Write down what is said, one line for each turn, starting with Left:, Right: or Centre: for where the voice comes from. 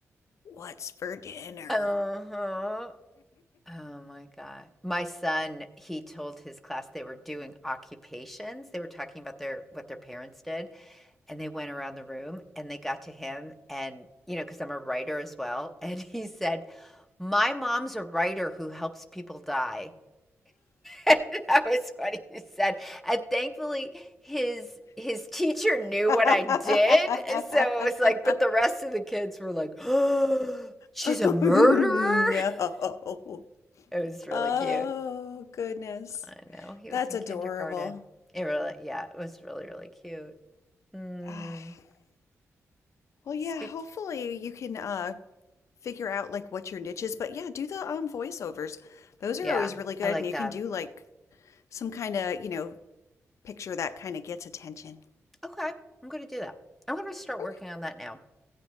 Left: "What's for dinner?"
Centre: Uh-huh.
Left: <gasps>
Centre: Oh my god. My son, he told his class they were doing occupations. They were talking about their what their parents did, and they went around the room, and they got to him and you know, because 'cause I'm a writer as well, <laughs> and he said, "My mom's a writer who helps people die." <laughs> That was what he said, and thankfully, his his teacher knew
Left: <laughs>
Centre: what I did, so it was like but the
Left: <laughs>
Centre: rest of the kids were like, <gasps> oh, "She's
Left: Oh
Centre: a murderer?"
Left: no.
Centre: <laughs> It was really
Left: Oh
Centre: cute.
Left: goodness.
Centre: I know. He
Left: That's
Centre: was in
Left: adorable.
Centre: kindergarten. It really, yeah, it was really, really cute. Mm.
Left: <sighs> Well, yeah,
Centre: Speak.
Left: hopefully you can uh figure out like what your niche is, but yeah, do the um voiceovers. Those are
Centre: Yeah,
Left: always really good
Centre: I like
Left: and you
Centre: that.
Left: can do like some kind of, you know, picture that kind of gets attention.
Centre: Okay, I'm gonna do that. I'm gonna start working
Left: Okay.
Centre: on that now.